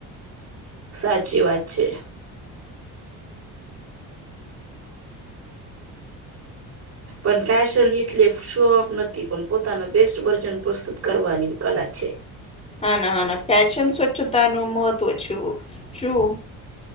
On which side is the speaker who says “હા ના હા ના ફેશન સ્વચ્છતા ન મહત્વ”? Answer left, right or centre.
Left